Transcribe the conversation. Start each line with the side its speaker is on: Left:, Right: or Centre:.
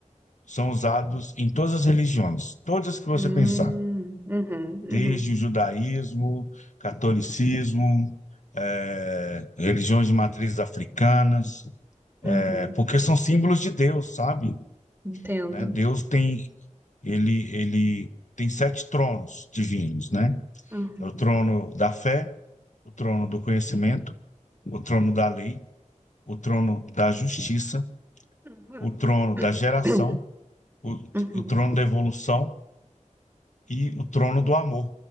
Left: são usados em todas as religiões, todas que você
Right: Hum,
Left: pensar.
Right: uhum, uhum,
Left: desde o judaísmo, catolicismo, eh, religiões de matrizes africanas,
Right: uhum.
Left: eh, porque são símbolos de Deus, sabe?
Right: Entendo.
Left: Né? Deus tem ele ele tem sete tronos divinos, né?
Right: Uhum.
Left: É o trono da fé, o trono do conhecimento, o trono da lei, o trono da justiça,
Right: Uhum.
Left: o trono da geração,
Right: <clears throat>
Left: o,
Right: Uhum.
Left: o trono da evolução e o trono do amor,